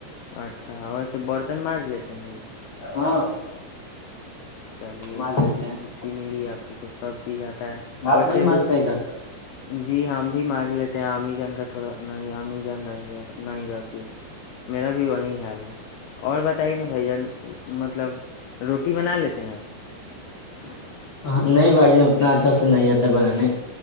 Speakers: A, on the left (about 80°); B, on the left (about 50°).
A: اچھا ویسے برتن مانج لیتے ہیں بھائی
B: ہاں
A: چلیے
B: مانج
A: کافی
B: دیتے ہیں
A: خوشی ملی آپ کو تو سب چیز آتا ہے
B: آپ
A: ویسے
B: نہیں مانجتے
A: روٹ
B: گا
A: جی ہم بھی مانج لیتے ہیں ا جان کا تھوڑا نہیں اممی جان رہ نہیں رہتی ہے تو میرا بھی وہی حال ہے اور بتائیے نا بھائی جان مطلب روٹی بنا لیتے ہیں آپ
B: <inaudible> ہ نہیں بھائی اتنا اچھا سے نہیں آتا بنانے